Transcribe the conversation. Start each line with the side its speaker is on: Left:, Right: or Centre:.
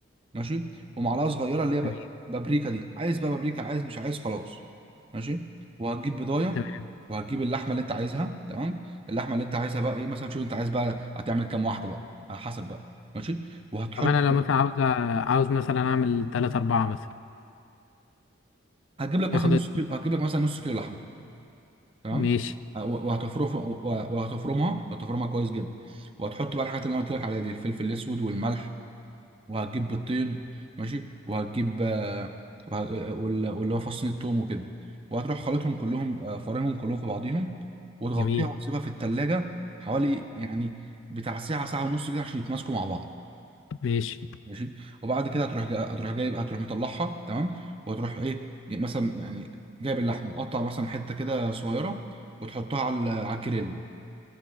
Right: ماشي ومعلقه صغيره اللي هي ب-
Left: جميل
Right: بابريكا دي عايز بقى بابريكا عايز مش عايز خلاص ماشي وهتجيب بضايه
Left: تمام
Right: وهتجيب اللحمه اللي انت عايزها تمام اللحمه اللي انت عايزها بقى ايه مثلا شوف انت عايز بقى هتعمل كام واحده بقى على حسب بقى ماشي وهتحط
Left: طب أنا لو مثلا عاوز أ- عاوز مثلا أعمل تلاتة أربعة مثلا
Right: هتجيب لك
Left: ياخد
Right: مثلا نص
Left: قد-
Right: كيلو هتجيب لك مثلا نص كيلو لحمه تمام
Left: ماشي
Right: آه، و- وهتفرم وهتفرمها هتفرمها كويس جدا وهتحط بقى الحاجات اللي انا قلت لك عليها دي الفلفل الاسود والملح وهتجيب بيضتين ماشي وهتجيب آه، وه- آه، وال- واللي هو فصين التوم وكده وهتروح خلطهم كلهم آه، فرنهم كلهم في بعضيهم وتغطيها
Left: جميل
Right: وتسيبها في التلاجة حوالي يعني بتاع ساعة ساعة ونص كده عشان يتماسكوا مع بعض
Left: ماشي
Right: ماشي وبعد كده هتروح جا... هتروح جايب هتروح مطلعها تمام وهتروح ايه مثلا يعني جايب اللحمة مقطع مثلا حتة كده صغيرة وتحطها على ال- على الجريل